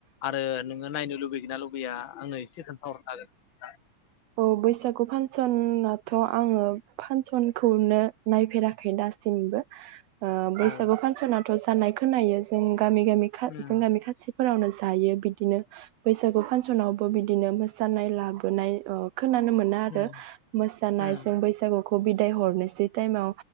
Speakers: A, on the left; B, on the right.
A: आरो नोङो नायनो लुबैगोन ना लुबैया आंनो एसे खोन्थाहरनो हागोन
B: औ बैसागु फानसनाथ' आङो फानसनखौनो नायफेराखै दासिमबो ओ बैसागु
A: औ
B: फांसनाथ' जानाय खोनायो जों गामि गामि खा
A: उम
B: जों गामि खाथि फोरावनो जायो बिदिनो बैसागु फानसनावबो बि दिनो मोसानाय लाबोनाय अ खोनानो मोना आरो
A: उम
B: मोसानाय
A: उम
B: जों बैसागु ख बिदाय हरनोसै टाइमाव